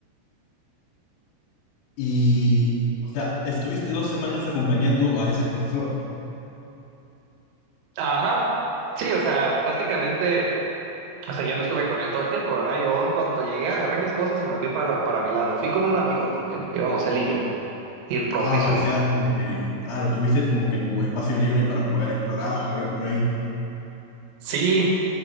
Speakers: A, on the left (about 80°); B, on the right (about 75°).
A: Y, o sea, estuviste dos semanas acompañando a ese profesor.
B: Ajá. Sí, o sea, básicamente, o sea, yo no estuve con él todo el tiempo, ¿verdad? Yo en cuanto llegué agarré mis cosas y me fui para, para mi lado. Fui con un amigo también, íbamos él y yo, y el profe
A: Ah,
B: y su
A: o
B: hija.
A: sea, como que, claro, tuviste como que tu espacio libre para poder explorar, ver por ahí.
B: Sí,